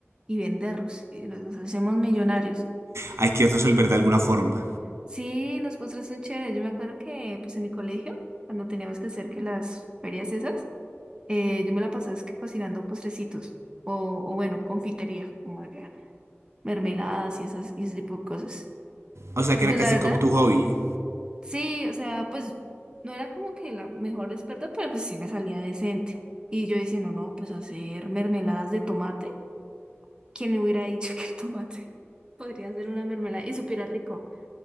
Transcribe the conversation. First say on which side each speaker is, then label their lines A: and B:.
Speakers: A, on the right (about 20°); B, on the right (about 75°).
A: y venderlos, y nos nos hacemos millonarios.
B: Hay que resolver de alguna forma.
A: Sí, los postres son chéveres. Yo me acuerdo que pues en mi colegio, cuando teníamos que hacer que las ferias esas, eh, yo me la pasaba es que cocinando postrecitos o, o bueno, confitería, como de mermeladas y esas y ese tipo de cosas.
B: O sea, que
A: Y pues
B: era casi
A: la verdad,
B: como tu hobby.
A: sí, o sea, pues no era como que la mejor experta, pero pues sí me salía decente. Y yo diciendo, no, no, pues hacer mermeladas de tomate, ¿quién me hubiera dicho <laughs> que el tomate podría hacer una mermelada y supiera rico?